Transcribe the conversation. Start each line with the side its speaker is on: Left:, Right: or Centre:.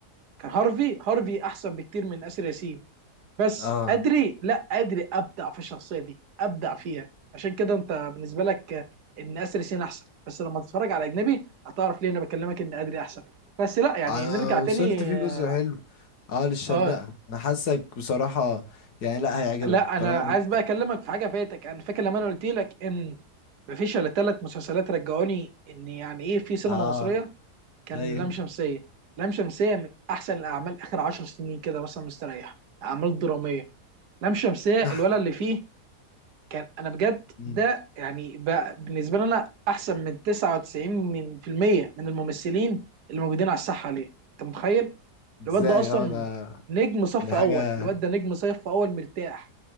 Right: كان هارفي هارفي احسن بكتير من اسر ياسين بس
Left: اه
Right: ادري لا ادري ابدع في الشخصيه دي ابدع فيها عشان كده انت بالنسبه لك ان اسر ياسين احسن بس لما تتفرج على اجنبي هتعرف ليه انا بكلمك ان ادري احسن بس لا يعني
Left: انا
Right: نرجع
Left: وصلت
Right: تاني
Left: فيه
Right: اه
Left: جزء حلو اه للشرنقة
Right: آه،
Left: انا حاسك بصراحة يعني لا هيعجبك
Right: لا انا
Left: طالما
Right: عايز
Left: بت
Right: بقى اكلمك في حاجه فاتك انا فاكر لما انا قلت لك ان مفيش الا ثلاث مسلسلات رجعوني ان يعني ايه في سينما
Left: اه
Right: مصريه كان
Left: ايوه
Right: لام شمسيه لام شمسيه من احسن الاعمال اخر عشر سنين كده مثلا مستريح اعمال دراميه لام شمسيه الولد
Left: نح
Right: اللي فيه كان انا بجد
Left: مم.
Right: ده يعني بقى بالنسبه لي انا احسن من 99 من في المية من الممثلين اللي موجودين على الساحه ليه انت متخيل
Left: ازاي
Right: الواد ده اصلا
Left: اه ده
Right: نجم صف
Left: دي حاجة
Right: اول الواد ده نجم صف اول مرتاح